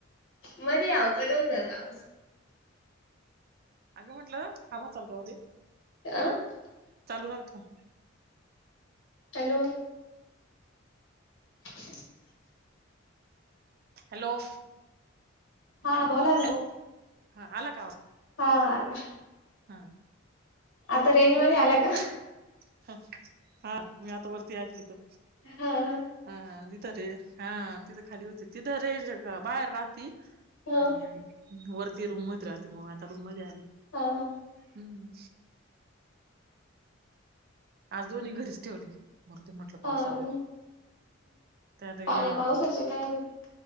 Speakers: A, on the left; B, on the right.
A: मध्ये आवो कट होऊन झाला.
B: अगं म्हटलं थांब ह चालु राहुदे.
A: अ <unintelligible>
B: चालू राहुदे.
A: हॅलो! <inaudible>
B: हॅलो!
A: हा बोला ना
B: हॅलो हा आला का आवाज?
A: हा आला.
B: हा
A: आता रेंज मध्ये
B: दोन्ही
A: आला
B: त-
A: का
B: हा मी आता वरती आली इथं.
A: हां
B: हा तिथं रे हा तिथं खाली होते तिथं रेज बाहेर राहती.
A: ह
B: आणि वरती रूम मध्ये राहते मग, आता रूम मध्ये आली.
A: हो हो
B: हम्म आज दोन्ही घरीच ठेवली. मरुदे म्हटलं
A: हा
B: पावसा त्यात आज
A: पाण्या पावसाचे काय ह
B: <unintelligible>